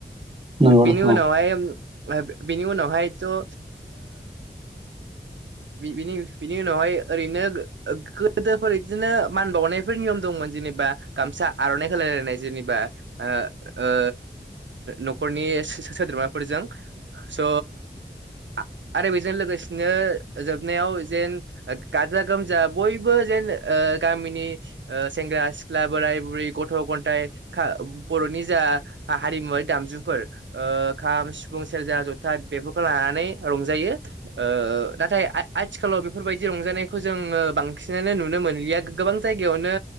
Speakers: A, on the right (about 30°); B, on the right (about 80°).
A: नंगौ
B: बेनि
A: नोंथां
B: उनावहाय
A: औ
B: बिनि उनावहायथ' ओ बिनि उनावहाय ओरैनो गोदोफोर बिदिनो मान बावनायफोर नियम दंमोन जेनेबा गामसा आर'नाइ होलायलायनाय जेनेबा ओ न'खरनि सो-सोद्रोमाफोरजों स' आ-आरो बेजों लोगोसेनो जोबनायाव जेन गाजा गोमजा बयबो बो जेन ओ गामिनि सेंग्रा सिख्ला बोराय बुरै गथ' गथाइ खा बर'नि जा हारिमुवारि दामजुफोर ओ खाम सिफुं सेरजा जथा बेफोरखौ लाना नानै रंजायो ओ नाथाय आथि-आथिखालाव बेफोरबायदि रंजानायखौ जोङो बांसि बांसिनानो नुनो मोनलिया गोबां जायगायावनो